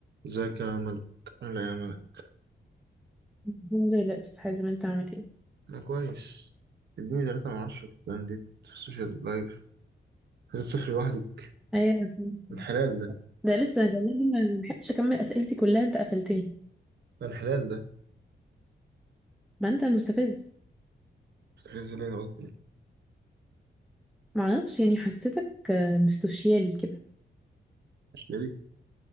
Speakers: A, on the right (about 70°); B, in the centre.
A: ازيك يا ملك لا يا ملك
B: الحمد لله استاذ حازم انت عامل ايه
A: انا كويس اديني تلاتة من عشرة في الانديت في السوشيال لايف عايز تسافر لوحدك
B: ايوه الحمد لله.
A: الحلال ده
B: ده لسه أنا والله دي ما ما لحقتش اكمل اسئلتي كلها انت قفلتني
A: الحلال ده
B: ما انت مستفز
A: هتحرز لي انا قلت ايه
B: ما اعرفش يعني حسيتك آه، مستوشيالي كده
A: مش ليه